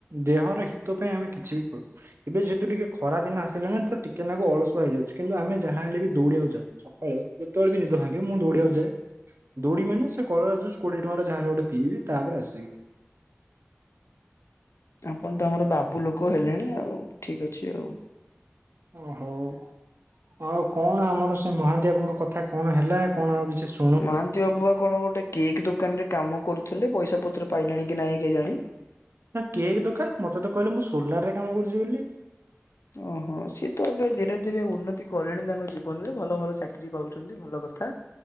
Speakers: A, on the right (about 60°); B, on the left (about 80°).
A: ଦେହର ହିତ ପାଇଁ ଆମେ କିଛି ବି କରୁ। ଏବେ ଯେହେତୁ ଟିକେ ଖରା ଦିନ ଆସିଲାଣି ତ ଟିକେ ନାକୁ ଅଳସୁଆ ହେଇଯାଉଛି କିନ୍ତୁ ଆମେ ଯାହା ହେଲେ ବି ଦୌଡିବାକୁ ଯାଉ। ସକାଳେ ଯେତେବେଳେ ବି ନିଦ ଭାଙ୍ଗିବ ମୁଁ ଦୌଡିବାକୁା ଯାଏ ଦୌଡିବି ମାନେ ସେ କଳରା ଜଷ୍ଟ୍ କୋଡିଏ ଟଙ୍କାରେ ଯେହେଲେ ଗୋଟେ ପିବି ତାପରେ ଆସିବି।
B: ଆପଣ ତ ଆମର ବାବୁ ଲୋକ ହେଲେଣି ଆଉ ଠିକ ଅଛି ଆଉ।
A: ଓ ହଉ ଆଉ କଣ ଆମର ସେ ମହାନ୍ତି ବାବୁଙ୍କ କଥା କଣ ହେଲା କଣ ଆଉ କିଛି ସୁ
B: ମହାନ୍ତି ବାବୁଆ କଣ ଗୋଟେ କେକ୍ ଦୋକାନରେ କାମ କରୁଥିଲେ ପଇସା ପତ୍ର ପାଇଲେଣି କି ନାଇଁ କେଜାଣି
A: ନା କେକ୍ ଦୋକାନ ମତେ ତ କହିଲେ ମୁଁ ସୋଲାର ରେ କାମ କରୁଛି ବୋଲି।
B: ଓହୋ ସିଏ ତ ଏବେ ଧୀରେ ଧୀରେ ଉନ୍ନତି କଲେଣି ତାଙ୍କ ଜୀବନ ରେ ଭଲ ଭଲ ଚାକିରି ପାଉଛନ୍ତି ଭଲ କଥା।